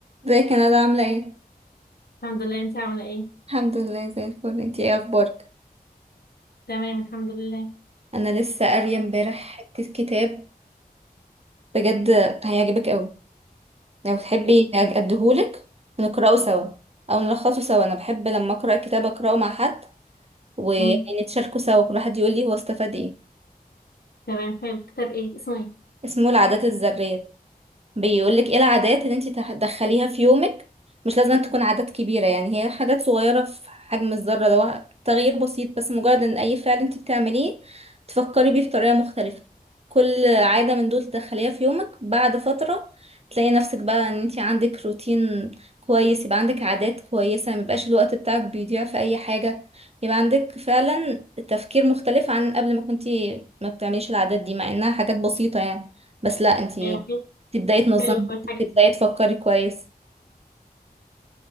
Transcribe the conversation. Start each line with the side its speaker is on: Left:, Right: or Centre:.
Right: ازيك يا ندى عاملة ايه؟
Left: الحمد لله انت عاملة ايه
Right: الحمد لله زي الفل انتي ايه اخبارك؟
Left: تمام الحمد لله
Right: انا لسه قارية امبارح حتة كتاب بجد هيعجبك اوي لو تحبي
Left: ايه؟
Right: اديهولك ونقرأه سوا او نلخصه سوا انا بحب لما اقرأ كتاب اقرأه مع حد ونتشاركه
Left: مم.
Right: سوا كل واحد يقول لي هو استفاد ايه
Left: تمام حلو كتاب ايه اسمه ايه
Right: اسمه العادات الذرية بيقولك ايه العادات اللي انتي تدخليها في يومك مش لازم أن تكون عادات كبيرة يعني هي حاجات صغيرة في حجم الذرة اللي هو تغيير بسيط بس مجرد ان اي فعل انتي بتعمليه تفكري بيه بطريقة مختلفة كل عادة من دول تدخليها في يومك بعد فترة تلاقي نفسك بقى ان انتي عندك روتين كويس يبقى عندك عادات كويسة ميبقاش الوقت بتاعك بيضيع في اي حاجة يبقى عندك فعلا تفكير مختلف عن قبل ما كنتي ما بتعمليش العادات دي مع انها حاجات بسيطة يعني بس لا انتي
Left: ايوه حلو
Right: تبداي تنظمي
Left: حلو أوي الحاجة
Right: تبداي
Left: دي
Right: تفكري كويس